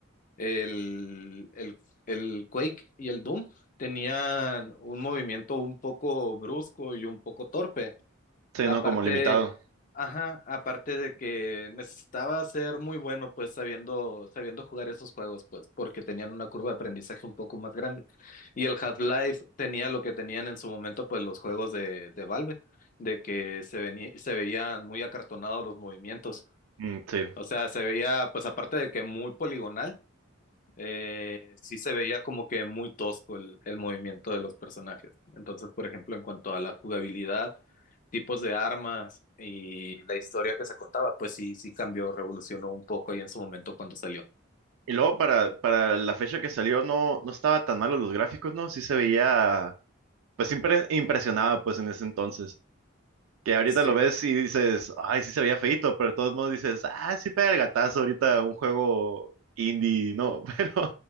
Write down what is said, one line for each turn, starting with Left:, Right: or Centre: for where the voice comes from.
Left: El, el, el Quake y el Doom tenían un movimiento un poco brusco y un poco torpe.
Right: Sí,
Left: Aparte,
Right: no como limitado.
Left: ajá, aparte de que necesitaba ser muy bueno, pues sabiendo, sabiendo jugar esos juegos, pues porque tenían una curva de aprendizaje un poco más grande. Y el Half-Life tenía lo que tenían en su momento, pues los juegos de, de Valve, de que se venía, se veían muy acartonados los movimientos.
Right: Mm, sí.
Left: O sea, se veía, pues aparte de que muy poligonal, eh, sí se veía como que muy tosco el, el movimiento de los personajes. Entonces, por ejemplo, en cuanto a la jugabilidad, tipos de armas y la historia que se contaba, pues sí, sí cambió, revolucionó un poco ahí en su momento cuando salió.
Right: Y luego para, para la fecha que salió no, no estaba tan malo los gráficos, ¿no? Sí se veía, pues siempre impresionaba pues en ese entonces. Que ahorita
Left: Sí.
Right: lo ves y dices, ay, sí se veía feito, pero de todos modos dices, ah, sí pega el gatazo ahorita un juego indie, ¿no? <laughs> Pero